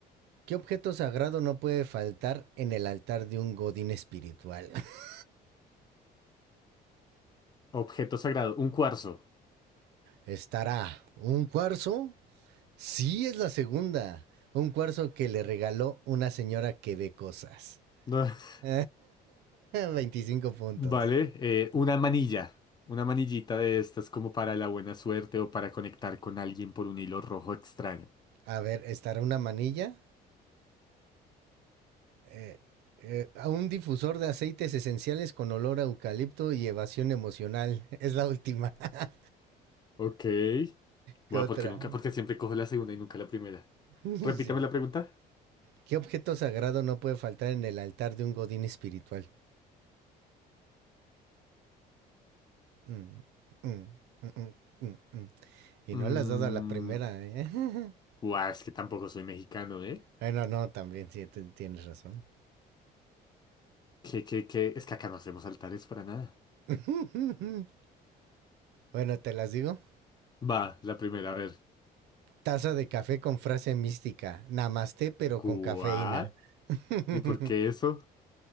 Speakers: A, on the right (about 80°); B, on the left (about 25°).
A: ¿Qué objeto sagrado no puede faltar en el altar de un godín espiritual? <laughs>
B: Objeto sagrado, un cuarzo.
A: Estará un cuarzo. Sí, es la segunda. Un cuarzo que le regaló una señora que ve cosas.
B: No, <laughs>
A: <laughs> 25 puntos.
B: Vale, eh, una manilla, una manillita de estas como para la buena suerte o para conectar con alguien por un hilo rojo extraño.
A: A ver, estará una manilla, eh, eh, a un difusor de aceites esenciales con olor a eucalipto y evasión emocional. <laughs> Es la última. <laughs>
B: Ok.
A: ¿Qué
B: Bueno,
A: otra?
B: porque nunca, porque siempre cojo la segunda y nunca la primera.
A: <laughs>
B: Repítame
A: sí.
B: la pregunta.
A: ¿Qué objeto sagrado no puede faltar en el altar de un godín espiritual? Mm, mm, mm, mm, mm. mm. y
B: Mm,
A: no le has dado a la primera, ¿eh? <laughs>
B: buah, es que tampoco soy mexicano, ¿eh?
A: bueno, no, también, sí, tienes razón.
B: ¿Qué, qué, qué? Es que acá no hacemos altares para nada.
A: <laughs> bueno, te las digo.
B: Va, la primera, a ver.
A: Taza de café con frase mística. Namaste, pero
B: ¿What?
A: con cafeína. <laughs>
B: ¿Y por qué eso?